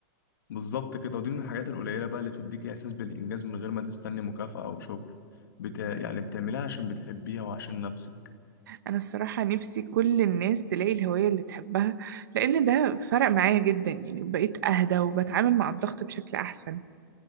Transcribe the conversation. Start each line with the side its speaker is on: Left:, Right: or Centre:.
Left: بالظبط كده ودي من الحاجات القليله بقى اللي بتديك احساس بالانجاز من غير ما تستني مكافاه او شكر بتا... يعني بتعملها عشان بتحبيها وعشان نفسك
Right: أنا الصراحة نفسي كل الناس تلاقي الهواية اللي تحبها لأن ده فرق معايا جدا يعني بقيت أهدى وبتعامل مع الضغط بشكل أحسن